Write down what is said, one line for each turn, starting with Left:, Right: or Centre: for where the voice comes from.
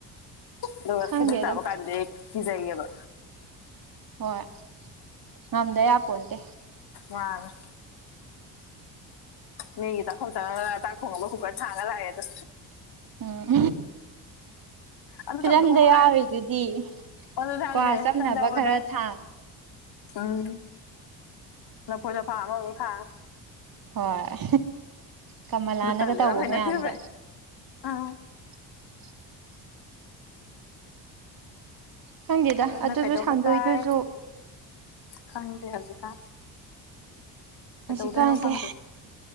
Left: ꯑꯗꯨꯒ
Right: ꯈꯪꯗꯦꯗ
Left: ꯁꯤꯗ ꯆꯥꯕ ꯀꯥꯟꯗꯗꯤ ꯑꯩ ꯀꯤꯖꯩꯌꯦꯕ
Right: ꯍꯣꯏ ꯉꯝꯗ ꯌꯥꯄꯣꯟꯇꯦ
Left: ꯑ ꯃꯤꯒꯤ ꯆꯥꯛꯈꯨꯝ ꯆꯪꯉ ꯆꯥꯛ ꯊꯣꯡꯉꯒ ꯀꯨꯀꯔ ꯊꯥꯡꯉ ꯂꯥꯛꯑꯦꯗ
Right: ꯎꯝ
Left: ꯑꯗꯨ
Right: ꯐꯤꯂꯝꯗ
Left: ꯇꯧꯗꯧ ꯉꯥꯏꯔꯦ
Right: ꯌꯥꯎꯔꯤꯗꯨꯗꯤ
Left: ꯑꯗꯨꯅꯦ ꯍꯥꯏꯁꯦ
Right: ꯀ꯭ ꯆꯝꯅꯕ
Left: ꯁꯝꯗꯕꯗꯣ
Right: ꯈꯔ ꯊꯥꯡ
Left: ꯎꯝ ꯂꯐꯨ ꯆꯐ ꯑꯃꯃꯨꯛ ꯊꯥ
Right: ꯍꯣꯏ ꯀꯃꯂꯥꯅꯒ
Left: ꯑꯗꯨ ꯇꯜꯂꯦꯕ
Right: ꯇꯧꯕ
Left: ꯌꯥꯝ ꯍꯩꯅꯗꯦꯕ
Right: ꯃꯌꯥꯝꯗꯣ
Left: ꯑꯩ ꯑꯥ
Right: <inaudible> <unintelligible> ꯈꯪꯗꯦꯗ
Left: ꯑꯗꯨꯅ
Right: ꯑꯗꯨꯁꯨ
Left: ꯀꯩꯗꯧꯕ
Right: ꯁꯥꯟꯗꯣꯏꯗꯨꯁꯨ
Left: ꯇꯥꯏ ꯈꯪꯗꯦ ꯍꯧꯖꯤꯛꯀꯥꯟ
Right: ꯍꯧꯖꯤꯛꯀꯥꯟꯁꯦ
Left: ꯀꯩꯗꯧꯗꯣꯏꯅꯣ ꯈꯪꯗ꯭ꯔꯦ